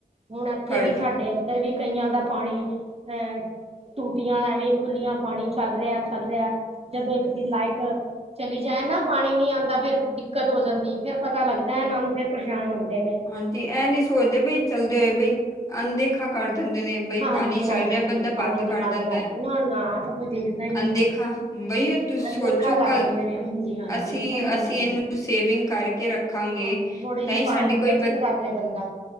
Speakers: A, on the right; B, on the left.
A: ਹੁਣ ਇੱਥੇ
B: ਕਰਦੇ
A: ਵੀ ਸਾਡੇ ਇੱਧਰ ਵੀ ਕਈਆਂ ਦਾ ਪਾਣੀ ਅਹ ਟੂਟੀਆਂ ਐਵੇਂ ਖੁੱਲੀਆਂ ਪਾਣੀ ਚੱਲ ਰਿਹਾ ਚੱਲ ਰਿਹਾ ਜਦੋਂ ਇੱਕ ਦਿਨ ਲਾਈਟ ਚਲੀ ਜਾਏ ਨਾ ਪਾਣੀ ਨੀ ਆਉਂਦਾ ਫੇਰ ਦਿੱਕਤ ਹੋ ਜਾਂਦੀ ਹੈ ਫੇਰ ਪਤਾ ਲੱਗਦਾ ਇਹਨਾਂ ਨੂੰ ਫੇਰ ਪਰੇਸ਼ਾਨ ਹੁੰਦੇ ਨੇ
B: ਹਾਂਜੀ ਇਹ ਨੀ ਸੋਚਦੇ ਬਈ ਚੱਲਦੇ ਹੋਏ ਬਈ ਅਣਦੇਖਾ ਕਰ ਦਿੰਦੇ ਨੇ ਬਈ
A: ਹਾਂਜੀ
B: ਪਾਣੀ ਚੱਲ
A: ਹਾਂਜੀ
B: ਰਿਹਾ ਬੰਦਾ
A: ਪਾਣੀ
B: ਬੰਦ
A: ਵੀ
B: ਕਰ ਦਿੰਦਾ
A: ਦੋ ਨਾ ਨਾ ਤਾਂ ਕੋਈ ਦੇਖਦਾ ਹੀ ਨਹੀਂ
B: ਅੰਦੇਖਾ
A: ਹੈਗਾ
B: ਬਈ ਤੁਸੀਂ
A: ਅਣਦੇਖਾ
B: ਸੋਚੋ
A: ਕਰ
B: ਕੱਲ
A: ਦਿੰਦੇ ਨੇ ਹਾਂਜੀ ਹਾਂਜੀ
B: ਅਸੀਂ
A: ਉਹ ਤਾਂ ਗੱਲ
B: ਅਸੀਂ
A: ਹੈ ਹੀ
B: ਇਹਨੂੰ ਸੇਵਿੰਗ ਕਰਕੇ ਰੱਖ ਰੱਖਾਂਗੇ
A: ਹਾਂਜੀ ਥੋੜ੍ਹੀ
B: ਤਾਂ
A: ਜਿਹੀ
B: ਹੀ ਸਾਡੀ
A: ਪਾਣੀ ਦੀ
B: ਕੋਈ
A: ਬੱਚਤ ਕਰ ਲਏ ਬੰਦਾ